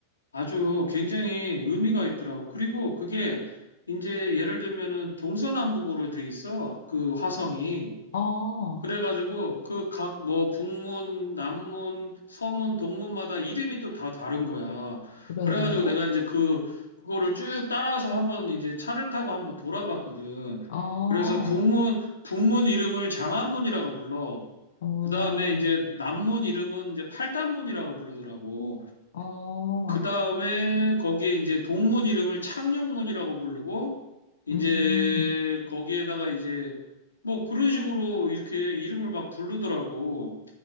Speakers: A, on the left; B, on the left.
A: 아주 굉장히 의미가 있더라고. 그리고 그게 이제 예를 들면은 동서남북으로 돼 있어. 그 화성이.
B: 어,
A: 그래가지고 그 각 뭐 북문, 남문, 서문, 동문마다 이름이 또 다 다른 거야.
B: 그래?
A: 그래가지고 내가 이제 그 그거를 쭉 따라서 한번 이제 차를 타고 한번 돌아봤거든.
B: 어,
A: 그래서 북문 북문 이름을 장안문이라고 불러.
B: 어,
A: 그 다음에 이제 남문 이름은 이제 팔단문이라고 부르더라고.
B: 어,
A: 그 다음에 거기에 이제 동문 이름을 창녕문이라고 부르고, 이제
B: 음.
A: 거기에다가 이제 뭐 그런 식으로 이렇게 이름을 막 부르더라고.